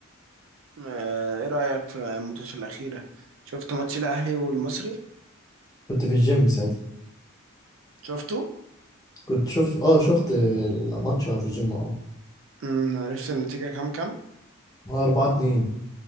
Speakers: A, on the right; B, on the left.
A: آه، ايه رأيك في الماتش الأخيرة شفت ماتش الأهلي والمصري
B: كنت في الجيم ساعتها
A: شفته
B: كنت شوف اه شفت الماتش وانا في الجيم اه
A: امم عرفت النتيجة كام كام
B: اه 4 2